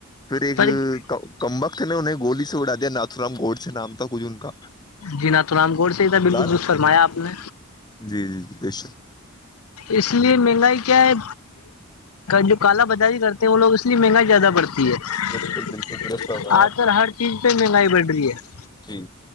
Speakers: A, on the left (about 20°); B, on the left (about 85°).
A: پھر ایک
B: پر
A: کمبک تھ نے انہیں گولی سے اڑا دیا ناتورام گوڈ سے نام تھا کچھ ان کا
B: جی نات نام گور سے ہی تھا بالکل
A: لال
B: دست فرمایا آپ نے
A: جی جی جی بے شک
B: اس لیے مہنگائی کیا ہے جو کالا بجاری کرتا تو وہ لوگ اس لیے منگائی زیادہ بڑتی ہے
A: بالکل بالکل درست فرمایا
B: آج
A: آپ
B: کل ہر چیز پہ مہنگائی بڑھ رہی ہے
A: جی